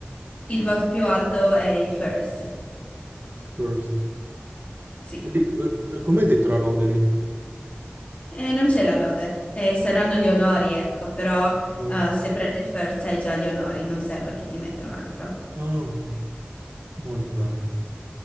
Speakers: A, on the left; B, on the right.
A: Il voto più alto è il first.
B: First.
A: Sì.
B: E lì, eh, eh, com'è detto la lode lì?
A: Eh, non c'è la lode, eh, saranno gli onori, ecco, però
B: Buon-
A: eh, se prendi il first hai già gli onori, non serve che ti metta un altro.
B: Ah, molto bene.